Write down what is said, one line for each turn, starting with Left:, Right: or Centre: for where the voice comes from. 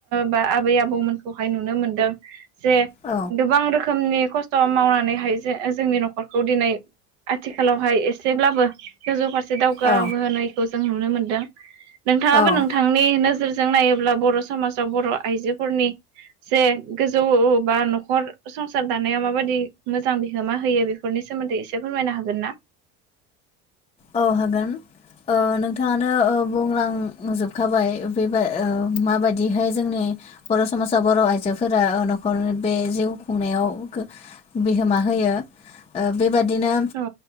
Right: बा आबै आबौमोनखौहाय नुनो मोनदों। जे
Left: औ
Right: गोबां रोखोमनि खस्थ' मावनानैहाय जे जोंनि न'खरखौ दिनै आथिखालावहाय एसेब्लाबो गोजौ फारसे दावगाबोनायखौ
Left: औ
Right: जों नुनो मोनदों नोंथाङाबो
Left: औ
Right: नोंथांनि नोजोर जों नायोब्ला बर' समासाव बर' आइजोफोरनि से गोजौ उ बा न'खर संसार दानायाव माबायदि मोजां बिहोमा होयो बेफोरनि सोमोन्दै एसे फोरमायनो हागोन ना?
Left: औ हागोन। ओ नोंथाङानो ओ बुंलांजोबखाबाय बेबाय ओ माबायदिहाय जोंनि बर' समासा बर' आइजोफोरा न'खरनि बे जिउ खुंनायाव बिहोमा होयो ओ बेबादिनो
Right: औ